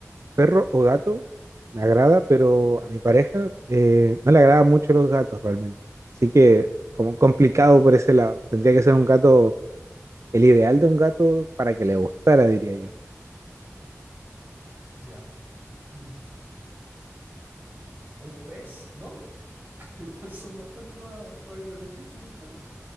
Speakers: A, on the right; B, on the right.
A: perro o gato me agrada, pero a mi pareja eh, no le agradan mucho los gatos realmente. Así que como complicado por ese lado. Tendría que ser un gato, el ideal de un gato para que le gustara, diría yo.
B: Ya. Mm, Un pez, ¿no? <laughs> Igual son bastante más, más independientes que un perro.